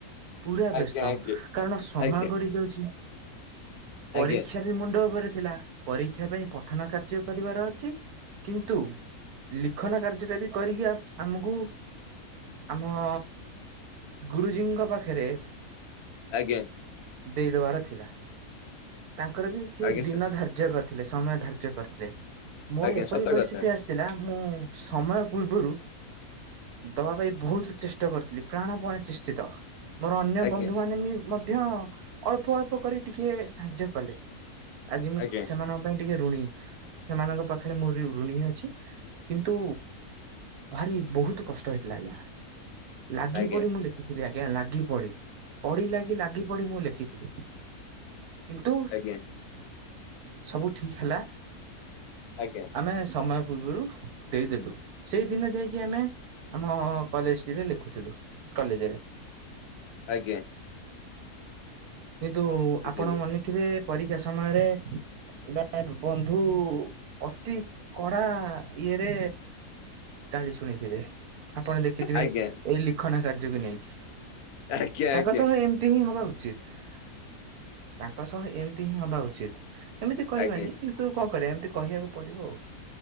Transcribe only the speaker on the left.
ଆଜ୍ଞା ଆଜ୍ଞା
ଆଜ୍ଞା
ଆଜ୍ଞା
ଆଜ୍ଞା।
ଆଜ୍ଞା
ସାର୍
ଆଜ୍ଞା
ସତ
କଥା
ଆଜ୍ଞା
ଆଜ୍ଞା
ଆଜ୍ଞା
ଆଜ୍ଞା
ଆଜ୍ଞା
ଆଜ୍ଞା।
ବୁଝିଲେ
ଆଜ୍ଞା
ଆଜ୍ଞା
ଆଜ୍ଞା
ଆଜ୍ଞା